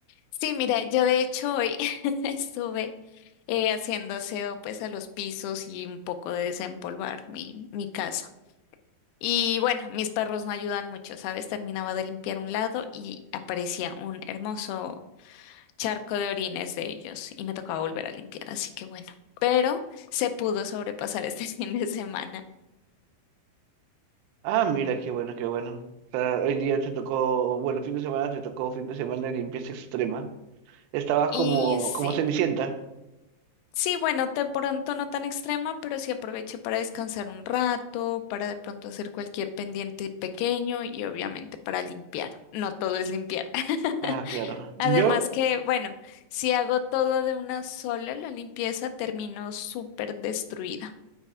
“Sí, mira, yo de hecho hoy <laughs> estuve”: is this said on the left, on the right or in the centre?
Left